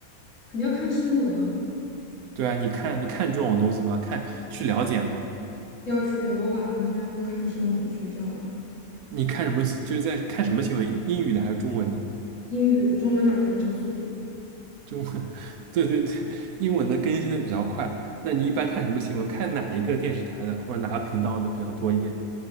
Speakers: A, on the left; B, on the right.
A: 肯定要看新闻啊，
B: 对啊，你看你看这种东西吗？看去了解吗？
A: 要去啊。我晚上现在都看新闻睡觉了，
B: 你看什么？就是在看什么新闻？英语的还是中文的？
A: 英语的、中文哪儿跟得上速度啊
B: 中文，<laughs> 对对对，英文的更新的比较快。那你一般看什么新闻？看哪一个电视台的或者哪个频道的比较多一点？